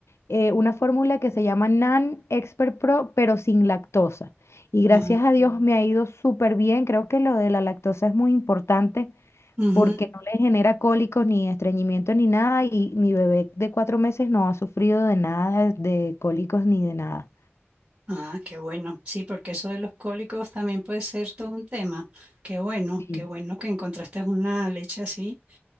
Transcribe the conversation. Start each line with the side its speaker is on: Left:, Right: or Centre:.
Left: eh, una fórmula que se llama NAN Expert Pro, pero sin lactosa. Y gracias
Right: Ah,
Left: a Dios me ha ido súper bien. Creo que lo de la lactosa es muy importante
Right: ujú.
Left: porque no le genera cólicos ni estreñimiento ni nada y mi bebé de cuatro meses no ha sufrido de nada, de cólicos ni de nada.
Right: Ah, qué bueno. Sí, porque eso de los cólicos también puede ser todo un tema. Qué bueno,
Left: Sí,
Right: qué bueno que encontraste una leche así